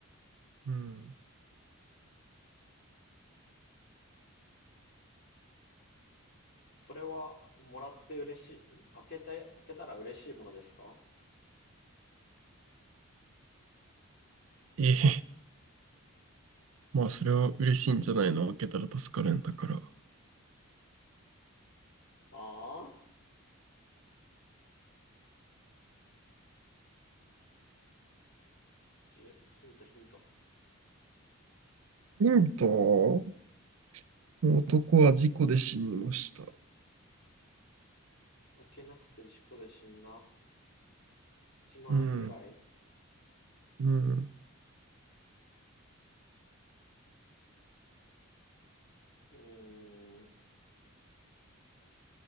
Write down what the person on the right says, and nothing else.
うん。
ええ、まあそれは嬉しいんじゃないの開けたら助かるんだから。
ヒント男は事故で死にました。
うん、うん。